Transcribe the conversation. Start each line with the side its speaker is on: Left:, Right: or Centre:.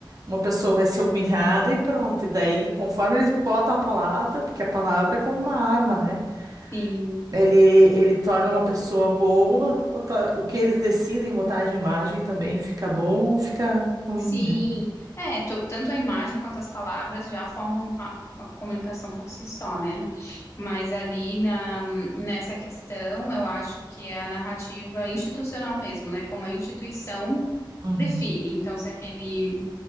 Right: Uma pessoa vai ser humilhada e pronto. E daí, conforme eles botam a palavra, porque a palavra é como uma arma, né?
Left: Sim,
Right: Ele, ele torna uma pessoa boa, ou to- o que eles decidem botar de imagem também fica bom ou fica ruim,
Left: sim.
Right: né?
Left: É, to- tanto a imagem quanto as palavras já formam a, a comunicação por si só, né? Mas ali na, nessa questão, eu acho que é a narrativa institucional mesmo, né? Como a instituição
Right: Uhum.
Left: define. Então, se aquele